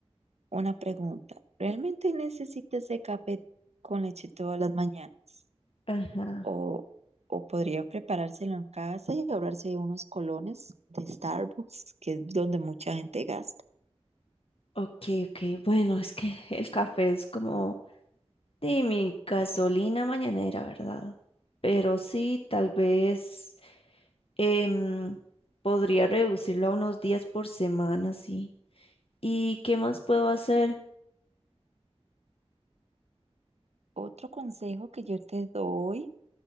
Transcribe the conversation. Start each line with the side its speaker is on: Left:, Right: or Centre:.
Right: Una pregunta, ¿realmente necesita ese café con leche todas las mañanas?
Left: ajá.
Right: ¿O, o podría preparárselo en casa y ahorrarse de unos colones de Starbucks, que es donde mucha gente gasta?
Left: Ok, ok, bueno, es que el café es como Sí, mi gasolina mañanera, ¿verdad? Pero sí, tal vez em, podría reducirlo a unos días por semana, sí. ¿Y qué más puedo hacer?
Right: Otro consejo que yo te doy